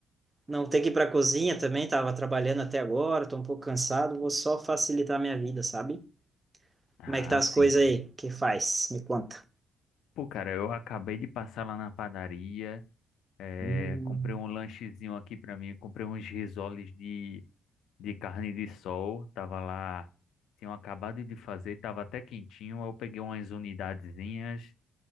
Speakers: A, on the right; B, on the left.
A: não ter que ir pra cozinha também. Tava trabalhando até agora, tô um pouco cansado, vou só facilitar a minha vida, sabe?
B: Ah,
A: Como é que tá as
B: sim.
A: coisas aí? que faz? Me conta.
B: Pô, cara, eu acabei de passar lá na padaria. eh,
A: Hum,
B: comprei um lanchezinho aqui pra mim. Comprei uns risoles de, de carne de sol. Tava lá, tinham acabado de fazer, tava até quentinho. aí Eu peguei umas unidadezinhas.